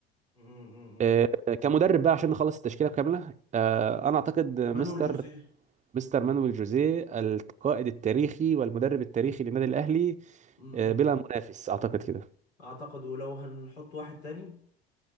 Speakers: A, on the left (about 85°); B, on the right (about 25°).
A: مم، مم،
B: آه،
A: مم.
B: كمدرب بقى عشان نخلص التشكيله كامله آه، انا اعتقد مستر
A: مانويل جوزيه
B: مستر مانويل جوزيه القائد التاريخي والمدرب التاريخي للنادي الاهلي
A: م-
B: آه،
A: م.
B: بلا منافس اعتقد كده
A: اعتقد ولو هنحط واحد تاني